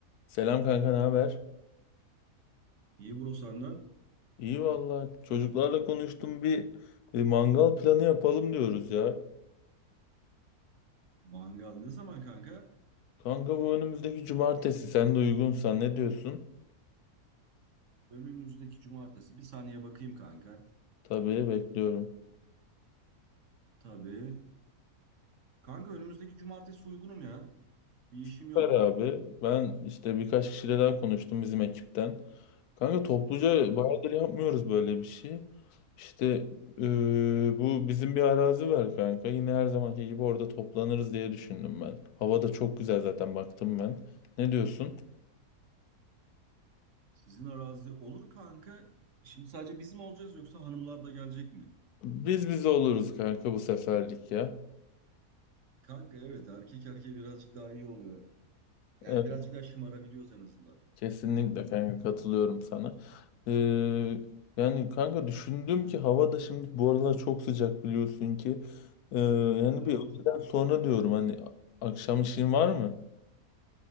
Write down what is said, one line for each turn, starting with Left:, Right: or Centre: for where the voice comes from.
Left: Selam kanka, ne haber?
Right: Euro senden.
Left: İyi valla. Çocuklarla konuştum bir, bir mangal planı yapalım diyoruz ya.
Right: Mangal ne zaman kanka?
Left: Kanka bu önümüzdeki cumartesi sen de uygunsan ne diyorsun?
Right: Önümüzdeki cumartesi. Bir saniye bakayım kanka.
Left: Tabii bekliyorum.
Right: Tabii. Kanka önümüzdeki cumartesi uygunum ya. Bir işim
Left: Süper
Right: yok.
Left: abi. Ben işte birkaç kişiyle daha konuştum bizim ekipten. Kanka topluca
Right: Evet.
Left: bayağıdır yapmıyoruz böyle bir şey. İşte eee, bu bizim bir arazi var kanka. Yine her zamanki gibi orada toplanırız diye düşündüm ben. Hava da çok güzel zaten baktım ben. Ne diyorsun?
Right: Sizin arazi olur kanka. Şimdi sadece biz mi olacağız yoksa hanımlar da gelecek mi?
Left: Biz biz oluruz kanka bu seferlik ya.
Right: Kanka evet erkek erkeğe birazcık daha iyi oluyor. Yani
Left: Evet,
Right: birazcık daha şımarabiliyoruz en azından.
Left: kesinlikle kanka katılıyorum sana. Ee, yani kanka düşündüm ki hava da şimdi bu aralar çok sıcak biliyorsun ki. Ee, yani
Right: Evet.
Left: bir öğleden sonra diyorum hani akşam işin var mı?